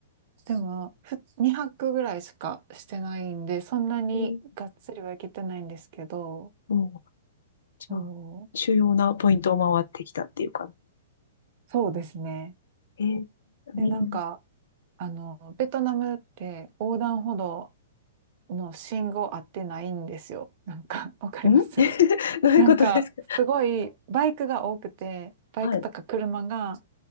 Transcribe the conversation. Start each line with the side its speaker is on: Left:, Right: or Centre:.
Right: でも、ふ、2泊ぐらいしかしてないんで、そんなにがっつりはいけてないんですけど、
Left: うん。もう、じゃあ、
Right: そう、
Left: 主要なポイントを回ってきたっていう感じ。
Right: そうですね。
Left: えー、い
Right: で、なんか、
Left: いのん
Right: あの、ベトナムって横断歩道の信号合ってないんですよ。なんか、<laughs> わかります
Left: <laughs>
Right: <laughs>
Left: どういうことですか
Right: なんか、すごいバイクが多くて、バイクとか車が、
Left: はい。